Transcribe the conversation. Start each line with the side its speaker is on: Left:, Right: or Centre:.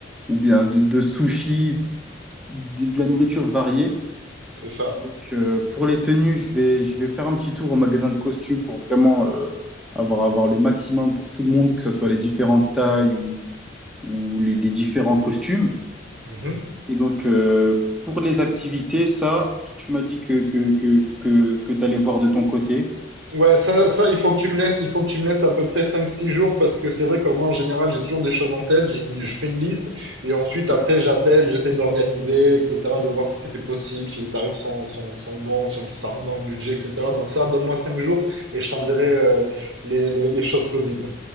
Centre: ou bien de, de sushi, de, de la nourriture variée.
Right: c'est ça.
Centre: Donc, euh, pour les tenues, je vais, je vais faire un petit tour au magasin de costumes pour vraiment euh, avoir, avoir le maximum pour tout le monde, que ce soit les différentes tailles ou, ou les, les différents costumes.
Right: Mhm.
Centre: Et donc, euh, pour les activités, ça, tu m'as dit que, que, que, que, que tu allais voir de ton côté.
Right: Ouais, ça, ça, il faut que tu me laisses, il faut que tu me laisses à peu près cinq, six jours parce que c'est vrai que moi, en général, j'ai toujours des choses en tête, j'ai une- je fais une liste et ensuite,
Centre: Mm.
Right: après, j'appelle, j'essaie d'organiser, etc., de voir si c'est possible, si les tarifs sont, sont, sont bons, si on, si ça rentre dans le budget, etc. Donc ça, donne-moi 5 jours et je t'enverrai euh, les, les, les choses plausibles.